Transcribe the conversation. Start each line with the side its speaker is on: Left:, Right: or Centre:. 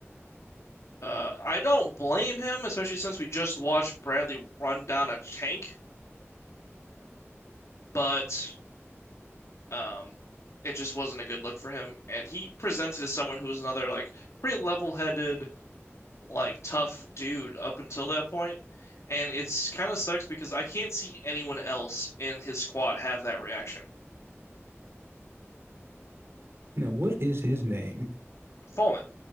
Left: Uh, I don't blame him, especially since we just watched Bradley run down a tank, but um, it just wasn't a good look for him. And he presented as someone who was another like pretty level-headed, like tough dude up until that point. And it's kind of sucks because I can't see anyone else in his squad have that reaction.
Right: Now, what is his name?
Left: Fallman,